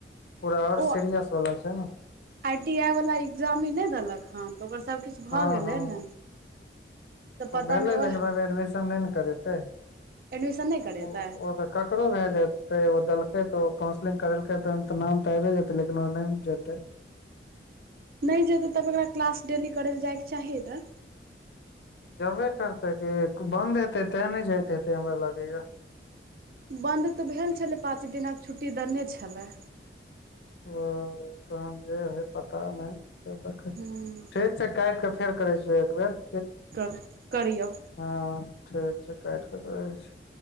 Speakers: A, on the left; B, on the right.
A: पूरा आओर
B: ओ
A: सीरियस बला छै न
B: आई टी आइ वला एग्जामी इ नै देलक हन तऽ ओकर सबकिछ भऽ
A: हँ
B: गेलै
A: हँ
B: ने तऽ पता
A: ओ भेलै
B: नहि ओएह
A: लेकिन ओइमे एडमिशन नै ने करेतै
B: एडमिशन नहि करेतै
A: ओऽ ककरो भए जेतै ओ देलकै तऽ ओ काउंसलिंग करेलकै तऽ ओइमे तऽ नाम तऽ आबि जेतै लेकिन ओ नै जेतै
B: नै जेतैऽ तब एकरा क्लास डेली करै लए जाइके चाही नऽ
A: जबे करते कि बन्द हेते तें नै जाइत हेतै हमरा लागैया
B: बन्द तऽ भेल छलै पाँच दिनक छुट्टी देने छलै।
A: ओ तहन जे होई पता नै देख ठीक,
B: हूँ
A: काटि क फेर करै छियौ एक बेर।
B: तब करियौ।
A: हँ ठीक छै काट कऽ करै छी।